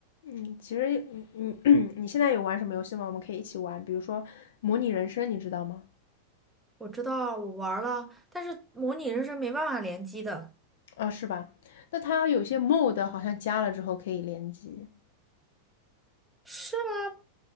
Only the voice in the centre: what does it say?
我知道我玩儿了，但是模拟人生没办法联机的。
是吗？